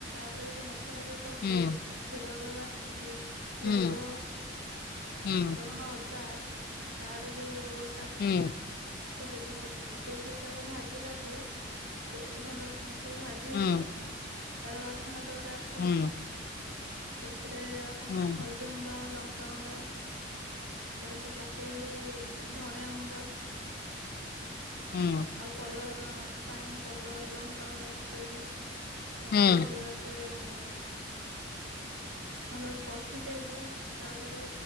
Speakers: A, on the right (about 85°); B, on the left (about 50°).
A: ତାପରେ ମସଲା ଯୋଉ କଲୁ
B: ହୁଁ
A: ସିଲରେ ବାଟିକି ପିଆଜ
B: ହୁଁ ହୁଁ
A: ରସୁଣ ଅଦା ତାର ଯୋଉ ବଟାକୁ
B: ହୁଁ।
A: ଦେଲୁ ସେଥିରେ ଦେଇକିରି ତାକୁ ଭାଜିଲାଠୁ ସେ ଭଲ କେ ଭାଜି ହେଲାଠୁ
B: ହୁଁ
A: ତାର ବାସନାଠୁ ଗୋଟେ ଆସେ ଆସିବ
B: ହୁଁ ହୁଁ ହୁଁ ହୁଁ
A: ସେଥିରେ
B: ହୁଁ
A: ହଳଦୀ ଗୁଣ୍ଡ ଲଙ୍କାଗୁଣ୍ଡ ସେରା ସବୁ ପକେଇଲୁ ଧଣିଆ ଗୁଣ୍ଡ
B: ହୁଁ।
A: ଆଉ କଲର ପାଇଁ କଲର ଲଙ୍କା ଗୁଣ୍ଡା ପକେଇଲୁ ତାକୁ
B: ହୁଁ ହୁଁ
A: ଭଲକି ଏ ଭଲକି କଷି ଶି ଦେଇକି ତାପରେ